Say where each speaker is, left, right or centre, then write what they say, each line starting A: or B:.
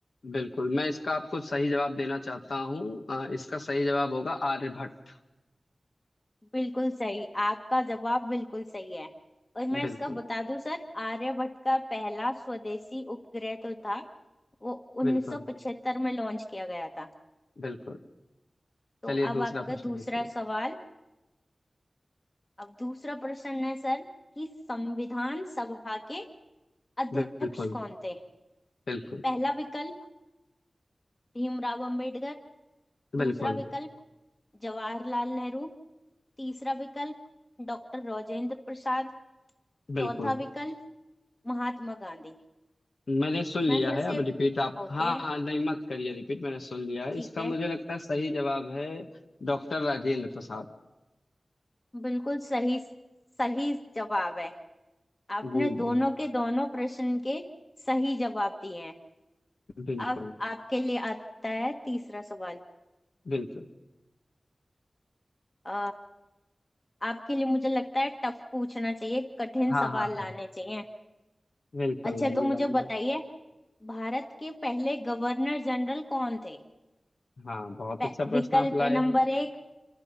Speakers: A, on the left; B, on the left.
A: बिल्कुल मैं इसका आपको सही जवाब देना चाहता हूँ आ, इसका सही जवाब होगा आर्यभट्ट
B: बिल्कुल सही आपका जवाब बिल्कुल सही है और मैं
A: बिल्कुल
B: इसका बता दूं सर आर्यभट्ट का पहला स्वदेशी उपग्रह तो था वो
A: बिल्कुल
B: 1975 में लॉन्च किया गया था
A: बिल्कुल
B: तो
A: चलिए
B: अब
A: दूसरा
B: आपका
A: प्रश्न
B: दूसरा
A: पूछिए
B: सवाल अब दूसरा प्रश्न है सर कि संविधान सभा के अध्यक्ष
A: बिल्कुल
B: कौन थे
A: बिल्कुल
B: पहला विकल्प भीमराव अंबेडकर दूसरा
A: बिल्कुल
B: विकल्प जवाहरलाल नेहरू तीसरा विकल्प डॉक्टर राजेंद्र प्रसाद
A: बिल्कुल
B: चौथा विकल्प महात्मा गांधी
A: मैंने सुन लिया
B: मैं फिर
A: है
B: से
A: अब रिपीट आप
B: ओके
A: हाँ हाँ नहीं मत करिए रिपीट मैंने सुन लिया है
B: ठीक
A: इसका
B: है
A: मुझे लगता है सही जवाब है डॉक्टर राजेंद्र प्रसाद
B: बिल्कुल सही सही जवाब है आपने
A: जी जी
B: दोनों के दोनों प्रश्न के सही जवाब दिए हैं
A: बिल्कुल
B: अब आपके लिए आता है तीसरा सवाल
A: बिल्कुल
B: आ, आपके लिए मुझे लगता है टफ पूछना चाहिए कठिन
A: हाँ
B: सवाल
A: हाँ
B: लाने
A: हाँ
B: चाहिए
A: बिल्कुल
B: अच्छा
A: लाइए
B: तो मुझे
A: लाइए
B: बताइए भारत के पहले गवर्नर जनरल कौन थे
A: हाँ बहुत
B: पे-
A: अच्छा प्रश्न
B: विकल्प
A: आप लाए
B: नंबर
A: हो
B: एक